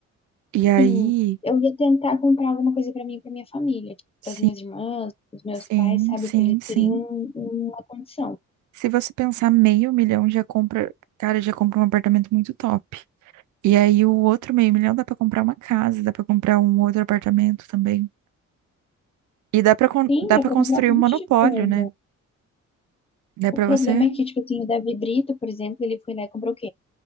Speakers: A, on the right; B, on the left.
A: E aí,
B: Sim, eu ia tentar comprar alguma coisa pra mim e pra minha família, tipo,
A: sim,
B: pras minhas irmãs, pros meus
A: sim,
B: pais, sabe?
A: sim,
B: Pra eles
A: sim.
B: terem um- uma condição.
A: Se você pensar meio milhão, já compra, cara, já compra um apartamento muito top. E aí o outro meio milhão dá pra comprar uma casa, dá pra comprar um outro apartamento também. E dá pra con-
B: Sim,
A: dá
B: dá
A: para
B: pra
A: construir
B: comprar um
A: um
B: monte
A: monopólio,
B: de coisa.
A: né? Dá
B: O
A: pra
B: problema
A: você,
B: é que, tipo assim, o Davi Brito, por exemplo, ele foi lá e comprou o quê?